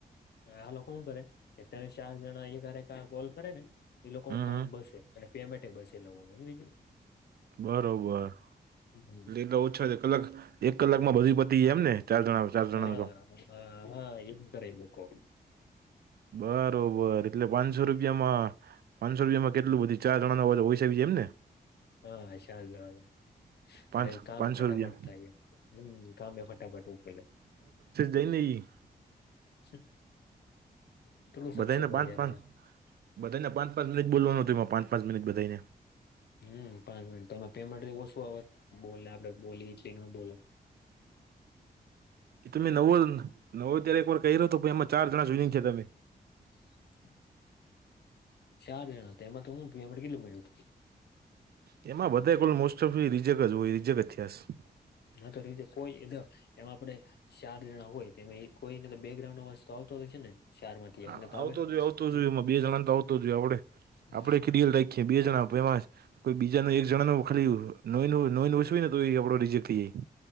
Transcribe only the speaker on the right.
હમ
બરોબર
એટલે ઓછા છે કલાક એક કલાક માં બધી પતી જા એમ ને. ચાર જણા ચાર જણાનું
કામ
બરોબર એટલે પાંચસો રૂપિયામાં પાંચસો રૂપિયામાં કેટલું બધી ચાર જણા હોય છે એમ ને
પાંચ
પાંચસો
રૂપિયા
કઈ નહી
બધાઈને
પાંચ
પાંચ
બધાઈને પાંચ પાંચ મિનિટ બોલવા નો તું પાચ પાંચ મિનિટ બધાઈને.
એ તમે નવો નવો ત્યારે એક વાર કહી રહ્યો હતો પણ એમાં ચાર જણા જ જોઈનિંગ છે તમે.
તેમાં બધાય કોલ મોસ્ટ ઓફલી રીજેકટ જ હોય રીજેકટ જ થયા શ.
હા
આવતો
જ હોય આવતો
જ હોય એમાં, બે જણાને તો આવતો જ હોય આપડે આપડે
<unintelligible> કે બે જણા <unintelligible> કોઈ બીજા ન એક જણા ન ખાલી નવે નવું નવે નવું છું હોય ને તો આપડો રીજેક્ટ થઈ જાય.